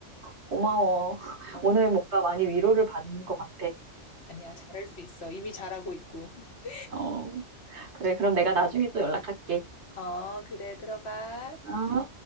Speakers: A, on the right (about 65°); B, on the left (about 60°).
A: 고마워. <laughs>
B: 어,
A: 오늘 뭔가 많이 위로를 받은 것 같아.
B: 아니야. 잘할 수 있어. 이미 잘하고 있고. <laughs>
A: 어, 그래, 그럼 내가 나중에 또 연락할게.
B: 어, 그래. 들어가.
A: 어?